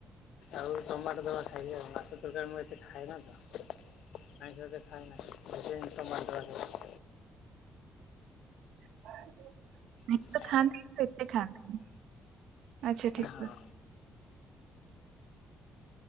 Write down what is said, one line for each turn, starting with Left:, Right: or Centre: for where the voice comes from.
Left: ଆଉ ଟମାଟୋ ଦଳା ଖାଇ ଆଉ ବାସ ତରକାରୀ ମୁଁ ଏତେ ଖାଏ ନା ତ। ଆଇଂଶ ଏତେ ଖାଏନା। <unintelligible>
Right: <inaudible>
Left: ଖାଇଲି
Right: ତ ଖାଆନ୍ତିନି ତ ଏତେ ଖାଆନ୍ତିନି ଆଚ୍ଛା ଠିକ
Left: ହଁ
Right: ଅ